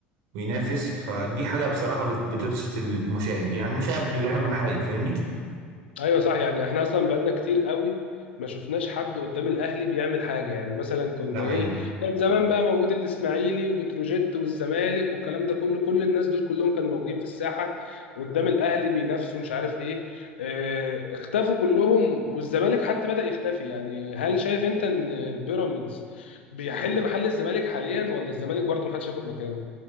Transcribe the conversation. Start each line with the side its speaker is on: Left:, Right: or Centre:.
Right: وينافس فدي حاجة بصراحة بت- بتبسط المشاهد يعني المشاهد بالله المحايد
Left: اه
Right: فاهمني
Left: ايوه صح يعني احنا اصلا بقالنا كتير قوي ما شفناش حد قدام الاهلي بيعمل حاجه يعني مثلا كنا
Right: ده حقيقي
Left: ايه كان زمان بقى موجود الاسماعيلي وبتروجيت والزمالك والكلام ده كله كل الناس دول كلهم كانوا موجودين في الساحه قدام الاهلي بينافسوا مش عارف ايه اه اختفوا كلهم والزمالك حتى بدأ يختفي يعني هل شايف انت ان بيراميدز بيحل محل الزمالك حاليا ولا الزمالك برضه محدش ياخد مكانه